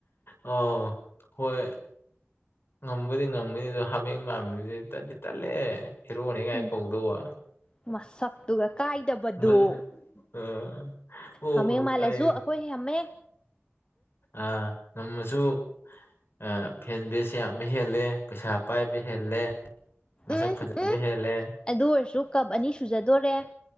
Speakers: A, on the left; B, on the left.
A: ꯑꯧ ꯍꯣꯏ ꯉꯝꯕꯨꯗꯤ ꯉꯝꯒꯅꯤ ꯑꯗꯣ ꯍꯥꯃꯦꯡ ꯃꯥꯝꯕꯗꯨꯗꯤ ꯇꯟꯗꯤ ꯇꯠꯂꯦꯍꯦ ꯍꯦꯔꯣꯅꯤꯀꯥꯏ
B: ꯎꯝ
A: ꯀꯧꯗꯧꯕ
B: ꯃꯁꯛꯇꯨꯒ ꯀꯥꯏꯗꯕꯗꯣ
A: ꯃꯜ ꯑꯥ ꯑꯣ
B: ꯍꯥꯃꯦꯡ ꯃꯥꯜꯂꯁꯨ
A: ꯀꯥꯏ
B: ꯑꯩꯈꯣꯏ ꯍꯥꯃꯦꯡ
A: ꯑꯥ ꯉꯝꯃꯁꯨ ꯑꯥ ꯐꯦꯟ ꯕꯦꯁ ꯌꯥꯝꯅ ꯍꯦꯜꯂꯦ ꯄꯩꯁꯥ ꯄꯥꯏꯕ ꯍꯦꯜꯂꯦ ꯃꯁꯛ
B: ꯎꯝ
A: ꯐꯖꯕ
B: ꯎꯝ
A: ꯍꯦꯜꯂꯦ
B: ꯑꯗꯨ ꯑꯣꯏꯔꯁꯨ ꯀꯞ ꯑꯅꯤ ꯁꯨꯖꯗꯣꯔꯦ